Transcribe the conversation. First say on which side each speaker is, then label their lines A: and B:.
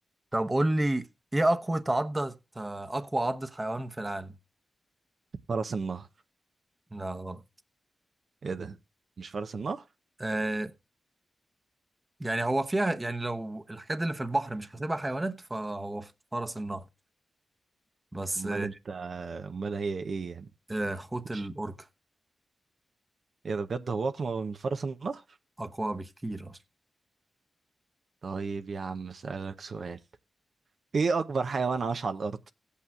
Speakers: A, on the right; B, on the right.
A: طب قول لي ايه اقوى عضة اقوى عضة حيوان في العالم
B: فرس النهر
A: لا غلط
B: ايه ده مش فرس النهر
A: آه يعني هو فيها يعني لو الحاجات اللي في البحر مش حاسبها حيوانات فهو في فرس النهر بس
B: امال
A: آه
B: انت امال هي ايه يعني
A: آه، حوت
B: مش
A: الاوركا
B: ايه ده بجد هو اقمى من فرس النهر
A: اقوى بكتير اصلا
B: طيب يا عم اسألك سؤال ايه اكبر حيوان عاش على الارض